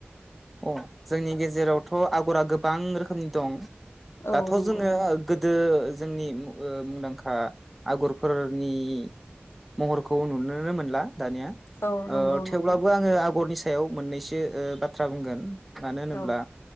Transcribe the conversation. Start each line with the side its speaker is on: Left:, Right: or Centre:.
Centre: अ जोंनि गेजेरावथ' आगरा गोबां रोखोमनि दं।
Left: औ
Centre: दाथ'
Left: नंगौ
Centre: जोङो गो दो जोंनि ओ मुंदांखा आगरफोरनि महरखौ नुनोनो मोनला दानिया।
Left: औ
Centre: ओ
Left: नंगौ
Centre: थेवब्लाबो
Left: नंगौ
Centre: आङो आगरनि सायाव मोननैसो ओ बा थ्रा बुंगोन। मानो होनोब्ला
Left: औ